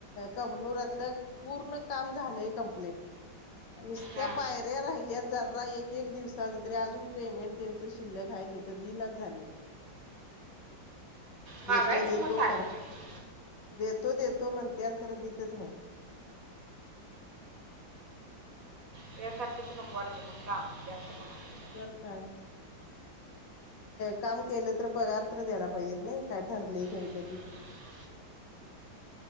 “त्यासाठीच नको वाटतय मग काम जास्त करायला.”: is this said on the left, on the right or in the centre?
Right